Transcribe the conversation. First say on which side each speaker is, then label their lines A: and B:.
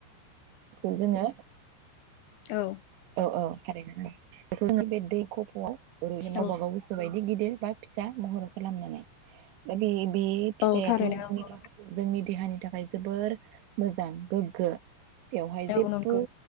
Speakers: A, on the right; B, on the left.
A: खौ जोङो
B: औ
A: औ औ थारैनो ओं बेखौ जों दै खफ'आव <unintelligible> गावबा
B: औ
A: गाव गोसो बायदि बि गिदिर बा फिसा महर खालामनानै। दा बे बे फिथाइयाथ'
B: औ थारैनो नंगौ
A: जोंनि थाखाय जोंनि देहानि थाखाय जोबोर मोजां गोग्गो। बेवहाय
B: औ
A: जेब्बो
B: नंगौ